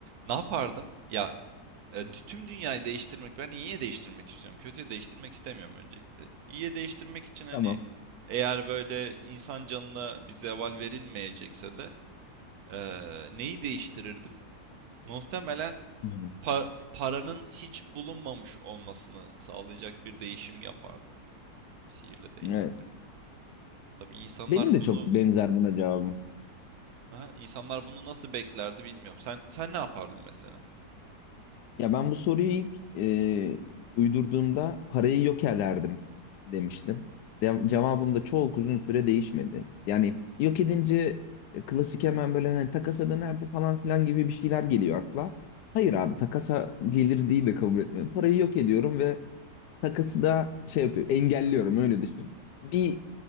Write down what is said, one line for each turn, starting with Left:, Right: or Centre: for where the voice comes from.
Right: Ne yapardım? Ya e, tüm dünyayı değiştirmek, ben iyiye değiştirmek istiyorum. Kötüye değiştirmek istemiyorum öncelikle. İyiye değiştirmek için hani
Left: Tamam.
Right: eğer böyle insan canına bir zeval verilmeyecekse de Eee, neyi değiştirirdim? Muhtemelen
Left: Hı hı.
Right: pa- paranın hiç bulunmamış olmasını sağlayacak bir değişim yapardım sihirle değnekle.
Left: Evet.
Right: Tabii insanlar
Left: Benim de
Right: bunu
Left: çok benzer buna cevabım.
Right: ha, insanlar bunu nasıl beklerdi bilmiyorum. Sen sen ne yapardın mesela?
Left: Ya ben bu soruyu ilk e, uydurduğumda parayı yokerlerdim demiştim. De- cevabım da çok uzun süre değişmedi. Yani
Right: Hı hı.
Left: yok edince e, klasik hemen böyle hani takasa dönerdi falan filan gibi bir şeyler geliyor akla. Hayır abi takasa gelir değil de kabul etmiyorum. Parayı yok ediyorum ve Takısı da şey yapıyor, engelliyorum öyle düşün. Bir